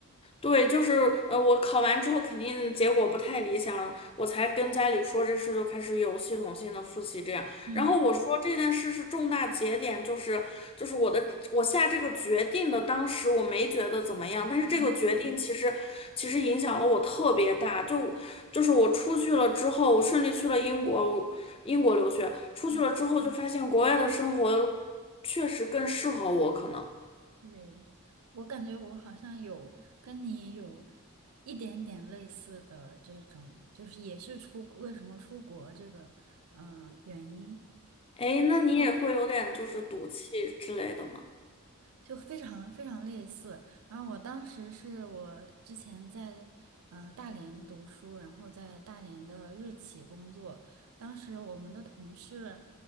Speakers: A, on the left (about 25°); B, on the right (about 65°).
A: 对，就是呃，我考完之后肯定结果不太理想，我才跟家里说这事，就开始有系统性的复习这样。
B: 嗯
A: 然后我说这件事是重大节点，就是就是我的我下这个决定的，当时我没觉得怎么样，但是这个决定其实其实影响了我特别大，
B: 嗯
A: 就就是我出去了之后，我顺利去了英国，我英国留学，出去了之后就发现国外的生活确实更适合我，
B: 嗯，
A: 可能。
B: 对，我感觉我好像有跟你有一点点类似的这种，就是也是出，为什么出国这个，嗯、原因。
A: 哎，那你也会有点就是赌气之类的吗？
B: 就非常非常类似。然后我当时是我之前在嗯、呃大连读书，然后在大连的日企工作。当时我们的同事